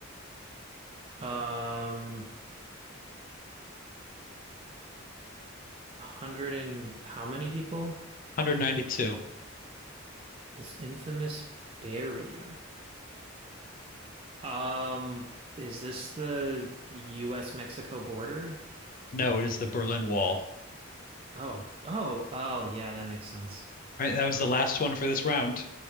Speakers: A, on the right; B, on the left.
A: Um. a hundred and how many people?
B: 192
A: This infamous barrier. Um, is this the US Mexico border?
B: No, it is the Berlin Wall.
A: Oh, oh, oh, yeah, that makes sense.
B: All right, that was the last one for this round.